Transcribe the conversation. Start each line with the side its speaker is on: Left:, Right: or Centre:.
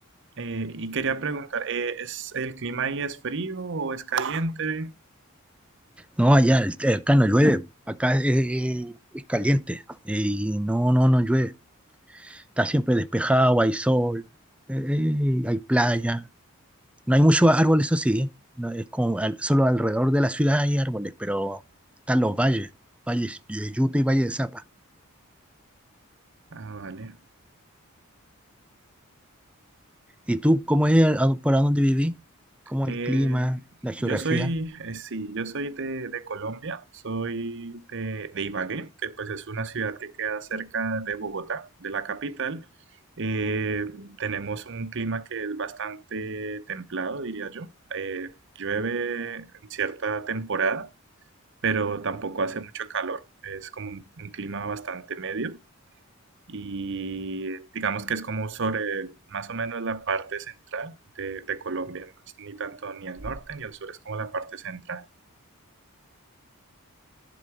Right: Eh, y quería preguntar, eh, ¿es el clima ahí es frío o es caliente?
Centre: no, allá, el- eh, acá no llueve, acá es, es- es caliente, eh, y no, no, no llueve. Está siempre despejado, hay sol, eh, eh, hay playa. No hay muchos árboles, eso sí, no, es como al- solo alrededor de la ciudad hay árboles, pero están los valles, valles de Yuta y Valle de Zapa.
Right: Ah, vale.
Centre: ¿Y tú, cómo es, a- a- por dónde vivís? ¿Cómo
Right: Eh,
Centre: es el clima, la geografía?
Right: yo soy, eh, sí, yo soy de, de Colombia, soy de, de Ibagué, que pues es una ciudad que queda cerca de Bogotá, de la capital. Eh, tenemos un clima que es bastante templado, diría yo. Eh, llueve en cierta temporada, pero tampoco hace mucho calor. Es como un un clima bastante medio. y digamos que es como sobre más o menos la parte central de, de Colombia, no es ni tanto ni al norte ni al sur, es como la parte central.